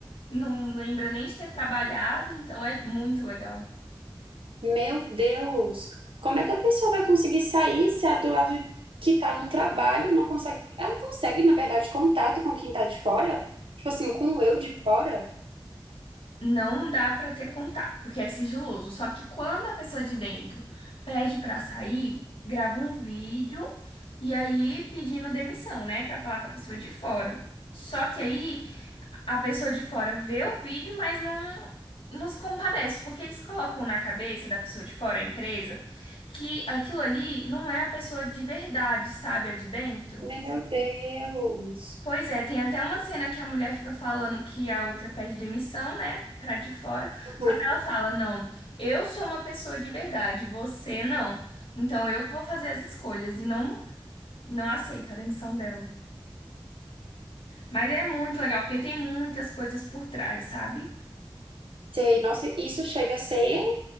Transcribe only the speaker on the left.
não lembra nem de ter trabalhado, então é muito legal.
Não dá pra ter contato, porque é sigiloso. Só que quando a pessoa de dentro pede pra sair, grava um vídeo e aí pedindo demissão, né, Pra falar com a pessoa de fora. Só que aí a pessoa de fora vê o vídeo, mas não não se compadece, porque eles colocam na cabeça da pessoa de fora, a empresa, que aquilo ali não é a pessoa de verdade, sabe, a de dentro.
Pois é, tem até uma cena que a mulher fica falando que a outra pede demissão, né? Pra de fora.
Só que ela fala: Não, eu sou uma pessoa de verdade, você não. Então eu que vou fazer as escolhas. E não, não aceita a demissão dela. Mas é muito legal, porque tem muitas coisas por trás, sabe?